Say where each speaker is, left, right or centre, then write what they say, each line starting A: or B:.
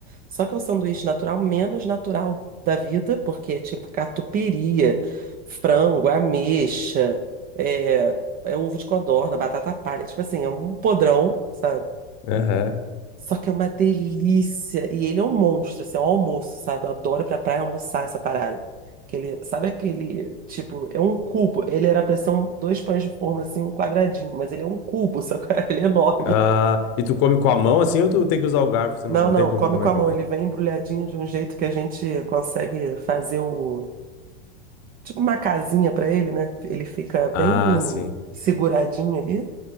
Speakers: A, on the right; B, on the left.
A: Só que é o sanduíche natural menos natural da vida, porque é tipo catupiry, frango, ameixa, é, é ovo de codorna, batata palha, tipo assim, é um podrão, sabe?
B: aham.
A: Só que é uma delícia. E ele é um monstro, assim, é um almoço, sabe? Eu adoro ir pra praia almoçar essa parada. Que ele, sabe aquele, tipo, é um cubo. Ele era pra ser um, dois pães de forma, assim, um quadradinho, mas ele é um cubo, só que <laughs> ele é enorme.
B: Ah, e tu come com a mão assim ou tu tem que usar o garfo, senão
A: Não,
B: não
A: não,
B: tem como
A: come
B: comer
A: com a
B: com
A: mão.
B: a mão?
A: Ele vem embrulhadinho de um jeito que a gente consegue fazer o, tipo, uma casinha pra ele, né? Ele fica bem
B: Ah, sim.
A: seguradinho ali.